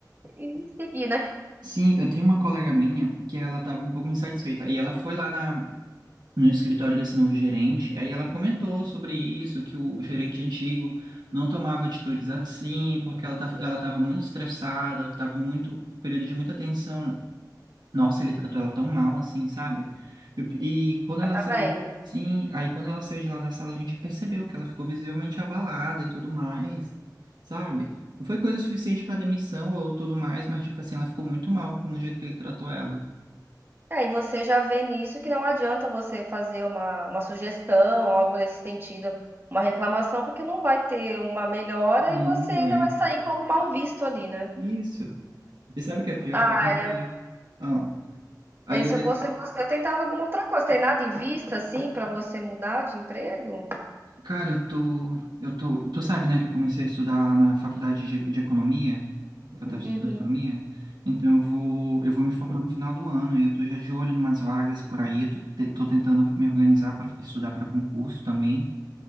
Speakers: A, on the right; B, on the right.
A: e seguir, né?
B: Sim, eu tenho uma colega minha que ela estava um pouco insatisfeita e ela foi lá na, no escritório desse novo gerente, aí ela comentou sobre isso, que o gerente antigo não tomava atitudes assim, porque ela estava ela estava muito estressada, estava muito, período de muita tensão. Nossa, ele tratou ela tão mal, assim, sabe? E, e quando
A: Ah,
B: ela
A: tá
B: saiu,
A: vendo?
B: sim, aí quando ela saiu de lá da sala, a gente percebeu que ela ficou visivelmente abalada e tudo mais, sabe? Não foi coisa suficiente para demissão ou tudo mais, mas, tipo assim, ela ficou muito mal com o jeito que ele tratou ela.
A: É, e você já vê nisso que não adianta você fazer uma, uma sugestão, algo nesse sentido, uma reclamação, porque não vai ter uma melhora
B: Não,
A: e você
B: não vai.
A: ainda vai sair como mal visto ali, né?
B: Isso. E sabe o que é pior?
A: Ah,
B: É porque, ó, a
A: e
B: líder...
A: se eu fosse você, eu tentava alguma outra coisa. Tem nada em vista, assim, pra você mudar de emprego?
B: Cara, eu tô, eu tô, tu sabe, né, que eu comecei a estudar na faculdade de, de economia, que eu tava estudando
A: Uhum.
B: economia. Então eu vou, eu vou me formar no final do ano e eu tô já de olho em umas vagas por aí, tô, te- tô tentando me organizar para estudar para concurso também,